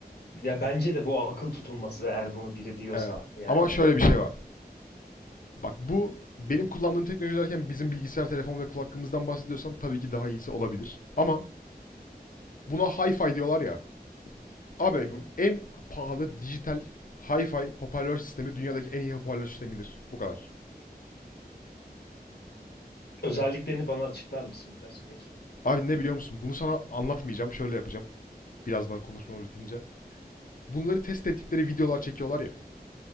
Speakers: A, on the left (about 75°); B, on the left (about 55°).
A: Ya bence de bu akıl tutulması eğer bunu biri diyorsa
B: Evet.
A: yani.
B: Ama şöyle bir şey var. Bak bu benim kullandığım teknoloji derken bizim bilgisayar, telefon ve kulaklığımızdan bahsediyorsan tabii ki daha iyisi olabilir. Ama buna hi-fi diyorlar ya. Abi
A: Hı hı.
B: en pahalı dijital hi-fi hoparlör sistemi dünyadaki en iyi hoparlör sistemidir. Bu kadar.
A: Özelliklerini bana açıklar mısın biraz peki?
B: Abi ne biliyor musun? Bunu sana anlatmayacağım. Şöyle yapacağım. Birazdan konuşmamız bitince. Bunları test ettikleri videolar çekiyorlar ya.